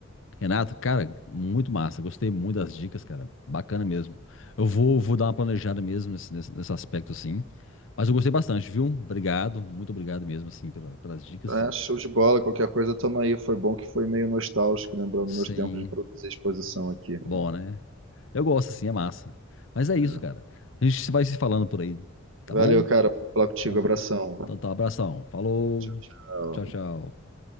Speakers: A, on the left (about 70°); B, on the right (about 75°).
A: Renato, cara, muito massa. Gostei muito das dicas, cara. Bacana mesmo. Eu vou, vou dar uma planejada mesmo nesse, nesse, nesse aspecto, assim. Mas eu gostei bastante, viu? Obrigado, muito obrigado mesmo, assim, pela- pelas dicas.
B: É, show de bola, qualquer coisa tamo aí. Foi bom que foi meio nostálgico, lembrando
A: Sim,
B: meus tempos de produzir exposição aqui.
A: bom, né? Eu gosto, assim, é massa. Mas é isso,
B: É.
A: cara. A gente vai se falando por aí, tá
B: Valeu,
A: bom?
B: cara, por falar contigo.
A: Então,
B: Abração.
A: então tá, abração. Falou.
B: Tchau, tchau.
A: Tchau, tchau.